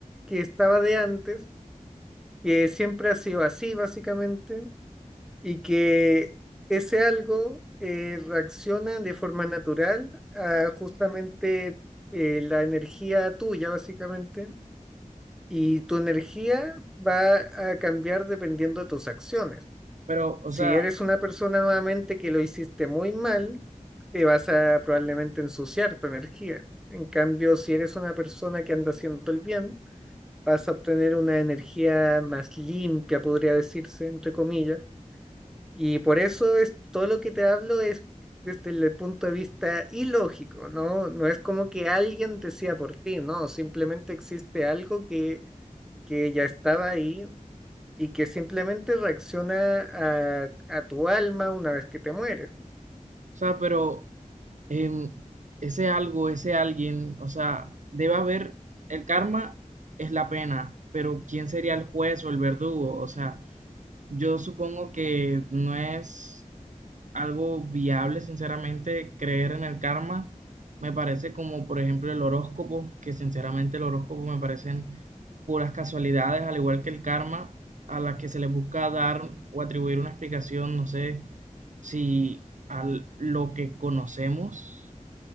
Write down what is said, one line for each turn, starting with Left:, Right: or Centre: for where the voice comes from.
Centre: que estaba de antes que siempre ha sido así, básicamente, y que ese algo eh, reacciona de forma natural a justamente eh, la energía tuya, básicamente, y tu energía va a cambiar dependiendo de tus acciones.
Right: Pero, o
Centre: Si
Right: sea,
Centre: eres una persona nuevamente que lo hiciste muy mal, eh, vas a probablemente ensuciar tu energía. En cambio, si eres una persona que anda haciendo el bien, vas a obtener una energía más limpia, podría decirse, entre comillas. Y por eso es todo lo que te hablo es desde el punto de vista ilógico, ¿no? No es como que alguien decía por ti, no, simplemente existe algo que, que ya estaba ahí y que simplemente reacciona a, a tu alma una vez que te mueres.
Right: o sea, pero em, ese algo, ese alguien, o sea, debe haber, el karma es la pena, pero ¿quién sería el juez o el verdugo? O sea, Yo supongo que no es algo viable, sinceramente, creer en el karma. Me parece como, por ejemplo, el horóscopo, que sinceramente el horóscopo me parecen puras casualidades, al igual que el karma, a las que se les busca dar o atribuir una explicación, no sé si a lo que conocemos,